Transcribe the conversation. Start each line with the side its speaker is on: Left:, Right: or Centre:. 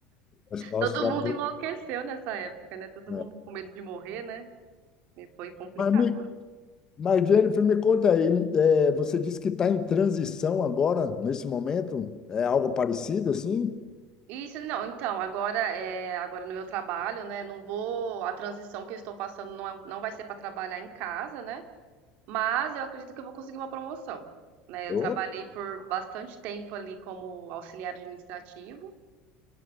Left: é sócio
Right: Todo
Left: da.
Right: mundo
Left: pro-
Right: enlouqueceu nessa época, né? Todo
Left: né?
Right: mundo com medo de morrer, né? E foi complicado.
Left: Mas, me, mas, Jennifer, me conta aí, é, você disse que está em transição agora, nesse momento? É algo parecido assim?
Right: Isso, não, então, agora é, agora no meu trabalho, né? Não vou, a transição que eu estou passando não, é- não vai ser para trabalhar em casa, né? Mas eu acredito que eu vou conseguir uma promoção, né.
Left: Ô,
Right: Eu trabalhei por bastante tempo ali como auxiliar administrativo,